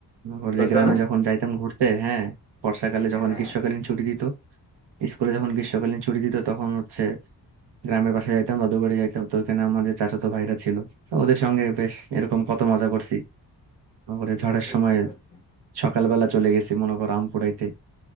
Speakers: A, on the right (about 70°); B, on the left (about 15°).
A: ওর
B: করছো
A: যে গ্রামে
B: না
A: যখন যাইতাম ঘুরতে হ্যাঁ বর্ষাকালে যখন
B: এটা
A: গ্রীষ্মকালীন ছুটি দিত স্কুলে যখন গ্রীষ্মকালীন ছুটি দিত তখন হচ্ছে গ্রামের পাশে যাইতাম দাদু বাড়ি যাইতাম তো ওখানে আমাদের চাচাতো ভাইরা ছিল তো ওদের সঙ্গে বেশ এরকম কত মজা করছি ওরে ঝড়ের
B: বুঝতে
A: সময়
B: পারছি
A: সকালবেলা চলে গেছি মনে করো আম কুড়াইতে